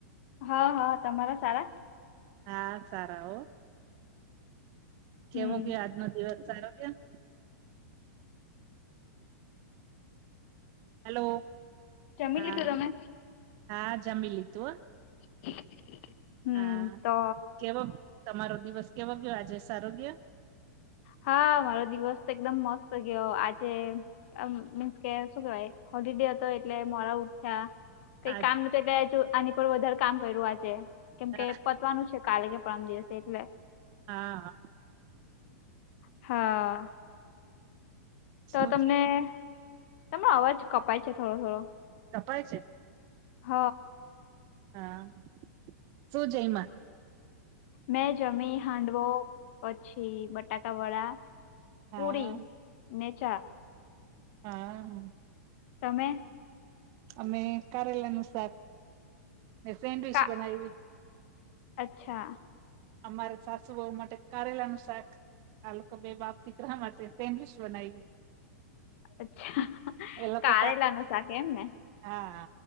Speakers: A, on the left (about 50°); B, on the right (about 40°).
A: હા હા તમારા સારા?
B: હા સારા હોય.. કેવો
A: હમ
B: ગયો આજનો દિવસ સારો ગયો? હલો
A: જમી
B: હા
A: લીધું તમે
B: હા જમી લી તું હો
A: <inaudible>
B: હા
A: તો
B: કેવો ગયો તમારો દિવસ કેવો ગયો આજે સારો ગયો?
A: હા મારો દિવસ તો એકદમ મસ્ત ગયો આજે મ મીન્સ કે શું કેવાય હોલિડે હતો એટલે મોરા ઉ કઈ
B: આજ
A: કામ નતુ એટલે આની પર વધારે કામ કર્યું આજે કેમ
B: હા
A: કે પતવાનું છે. કાલે કે પરમ દિવસે એટલે
B: હા
A: હા.
B: શું
A: તો તમને, તમે અવાજ કપાય છે થોડો થોડો,
B: કપાય છે
A: હ.
B: હા શું જયમા?
A: મેં જમી હાંડવો પછી બટાકા વડા
B: હા
A: પૂરી ને ચા
B: હા હ
A: તમે?
B: અમે કારેલા નું શાક ને સેન્ડવીચ
A: કા
B: બનાયવી.
A: અચ્છા.
B: અમારે સાસુભાવ માટે કારેલા નું શાક. આ લોકો બે બાપ થી ગ્ર મળલશ બનાવી.
A: અચ્છા,
B: એ લોકો
A: કારેલા ન શાક એમ ને.
B: હા,